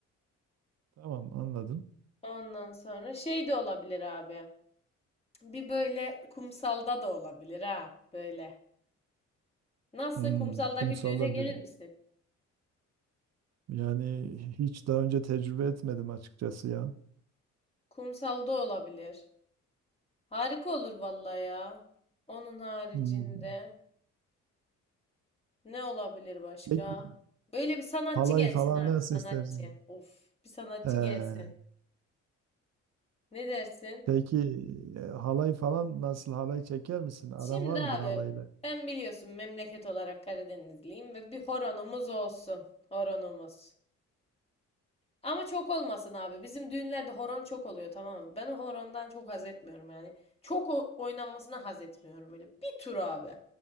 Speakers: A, on the right; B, on the left.
A: Tamam anladım.
B: Ondan sonra şey de olabilir abi. Bir böyle kumsalda da olabilir ha, böyle. Nasıl
A: Hmm,
B: kumsaldaki
A: kumsalda
B: düğüne gelir
A: düğün.
B: misin?
A: Yani hiç daha önce tecrübe etmedim açıkçası ya.
B: Kumsalda olabilir. Harika olur vallahi ya. Onun haricinde
A: Hmm.
B: ne olabilir başka?
A: Peki
B: Böyle bir sanatçı
A: halay
B: gelsin
A: falan
B: abi,
A: nasıl
B: sanatçı.
A: istersin?
B: Of, bir sanatçı
A: Ee,
B: gelsin. Ne dersin?
A: peki e, halay falan nasıl halay çeker misin? Aran
B: Şimdi
A: var mıdır
B: abi
A: halayla?
B: ben biliyorsun memleket olarak Karadenizliyim ve bir horonumuz olsun. Horonumuz. Ama çok olmasın abi. Bizim düğünlerde horon çok oluyor tamam mı? Ben o horondan çok haz etmiyorum yani. Çok o- oynanmasına haz etmiyorum öyle. Bir tur abi.